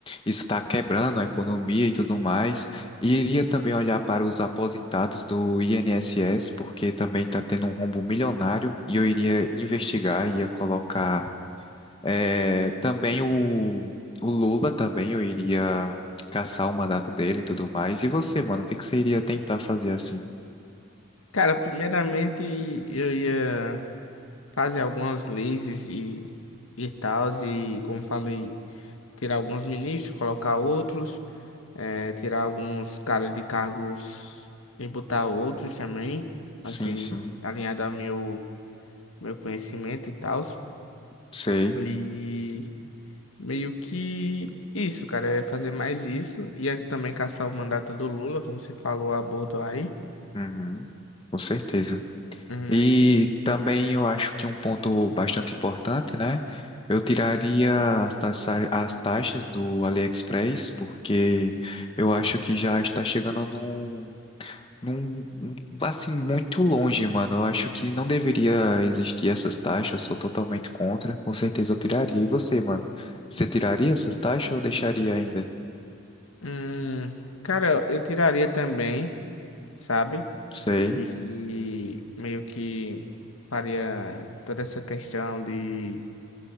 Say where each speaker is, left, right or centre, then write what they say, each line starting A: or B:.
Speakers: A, on the left; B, on the left.
A: isso está quebrando a economia e tudo mais. E iria também olhar para os aposentados do INSS, porque também está tendo um rombo milionário, e eu iria investigar, ia colocar eh, também o, o Lula também, eu iria caçar o mandato dele e tudo mais. E você, mano, o que que você iria tentar fazer assim?
B: Cara, primeiramente eu ia fazer algumas leis e, e tal, e como falei, tirar alguns ministros, colocar outros. é, tirar alguns caras de cargos e botar outros também,
A: Sim,
B: assim,
A: sim,
B: alinhado ao meu, meu conhecimento e tal.
A: sei.
B: E meio que isso, cara, é fazer mais isso. E é também caçar o mandato do Lula, como você falou a bordo aí.
A: Uhum, com certeza.
B: Hum,
A: E também eu acho que um ponto bastante importante, né? Eu tiraria as taxa, as taxas do AliExpress, porque eu acho que já está chegando num, num, num- assim, muito longe, mano. Eu acho que não deveria existir essas taxas, eu sou totalmente contra. Com certeza eu tiraria. E você, mano? Você tiraria essas taxas ou deixaria ainda?
B: hum, cara, eu tiraria também, sabe?
A: Sei.
B: E meio que faria toda essa questão de,